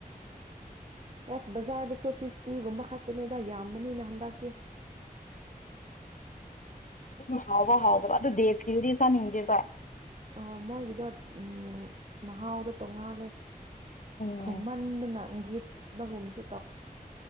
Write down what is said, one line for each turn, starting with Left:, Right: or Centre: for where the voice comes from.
Right: ꯑꯦꯁ ꯕꯖꯥꯔꯗꯁꯨ ꯐꯤꯐꯇꯤꯒꯨꯝꯕ ꯈꯛꯇꯅꯦꯗ ꯌꯥꯝꯕꯅꯤꯅ ꯍꯟꯗꯛꯇꯤ
Left: ꯑꯗꯨꯕꯨ ꯍꯥꯎꯕ ꯍꯥꯎꯗꯕ ꯑꯗꯨ ꯗꯦꯁꯀꯤꯗꯨꯗꯤ ꯆꯥꯅꯤꯡꯗꯦꯕ
Right: ꯑꯣ ꯃꯣꯏꯒꯤꯗꯣ ꯎꯝ ꯃꯍꯥꯎꯗꯣ ꯇꯣꯡꯉꯥꯜꯂꯦ
Left: ꯎꯝ
Right: ꯊꯨꯝꯃꯟꯗꯅ ꯒꯦꯠ ꯒꯨꯝꯁꯨ